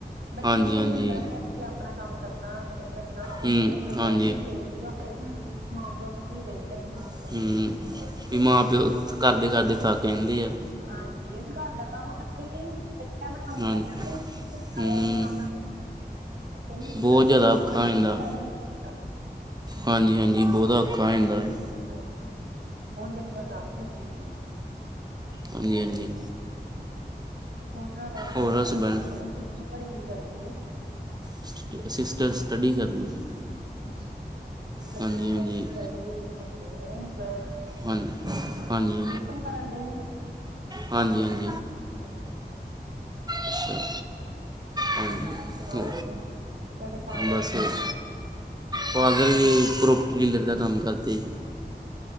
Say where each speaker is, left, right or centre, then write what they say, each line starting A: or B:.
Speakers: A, on the right; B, on the right.
A: ਬੱਚਿਆਂ
B: ਹਾਂਜੀ
A: ਨੂੰ
B: ਹਾਂਜੀ ਹਾਂਜੀ
A: ਨਹੀਂ ਹੁੰਦਾ ਕਿ ਅਸੀਂ ਆਪਣਾ ਕੰਮ ਕਰਨਾ ਕਿ ਨਹੀਂ ਕਰਨਾ। ਉਹ
B: ਹੂੰ
A: ਜਿਹੜੇ ਪ੍ਰੋਜੈਕਟ
B: ਹਾਂਜੀ
A: ਵੀ ਦੇ ਦਿੰਦੀ। ਉਹ ਵੀ ਮਾਂ -ਪਿਓ ਵਾਸਤੇ ਹੀ ਦੇ ਦਿੰਦੇ ਕਿ ਤੁਸੀਂ
B: ਹੂੰ
A: ਕਦੋਂ
B: ਵੀ ਮਾਂ ਕਰਦੇ- ਕਰਦੇ ਥੱਕ ਕਹਿੰਦੇ ਆ।
A: ਹਾਂਜੀ। ਅਸੀਂ ਘਰ ਦਾ ਕੰਮ ਕਰ ਰਹੀ ਬੱਚਿਆਂ ਦਾ ਕੰਮ
B: ਹਾਂਜੀ
A: ਕਰੀ ਹੈ
B: ਹੂੰ
A: ਆਇ ਸਾਹਮਣੇ। ਨੂੰ ਮੈਨੂੰ
B: ਬਹੁਤ
A: ਲੱਗਦਾ
B: ਜ਼ਿਆਦਾ
A: ਹ ਆਪਣਾ
B: ਔਖਾ ਹੋ
A: ਜੋਗਾ
B: ਜਾਂਦਾ
A: ਟਾਈਮ ਹੀ ਨੀ ਮਿਲਦਾ।
B: ਹਾਂਜੀ- ਹਾਂਜੀ। ਬਹੁਤਾ ਔਖਾ ਹੋ ਜਾਂਦਾ ਹੇ।
A: ਹਾਂਜੀ। ਬਹੁਤ ਜ਼ਿਆਦਾ ਟਫ ਹੈਗੀ ਹੈ ਚੀਜ਼।
B: ਹਾਂਜੀ -ਹਾਂਜੀ।
A: ਮ ਹੋਰ ਤੁਹਾਡਾ ਪਤਾ
B: ਹੋਰ
A: ਫਿਰ
B: ਹਸਬੈਂਡ
A: ਕੀ ਕਰਦਾ ਸਿਸਟਰ ਤੁਹਾਡੀ ਕੀ ਕਰਦੀ ਹੈ?
B: ਸਟ ਸਿਸਟਰ ਸਟੱਡੀ ਕਰਦੀ ਜੀ।
A: ਅੱਛਾ ਜੀ। <unintelligible>
B: ਹਾਂਜੀ ਹਾਂਜੀ ਹਾਂਜੀ
A: ਬੀ
B: ਹਾਂਜੀ
A: ਕਮ ਕਰਨ ਦੇ ਇਹਨੂੰ।
B: ਹਾਂਜੀ- ਹਾਂਜੀ।
A: ਹਾਂਜੀ। ਠੀਕ
B: ਅੱਛਾ
A: ਹੈ। ਹੋਰ
B: ਹਾਂਜੀ।
A: ਸੁਣਾਓ ਤੁਸੀਂ? ਤੁਹਾਡੇ ਫਾਦਰ
B: ਬਸ-ਬਸ।
A: ਕੀ
B: ਪਾਗਲ ਪ੍ਰੋਪਰਟੀ ਡੀਲਰ ਦਾ ਕੰਮ ਕਰਦੇ।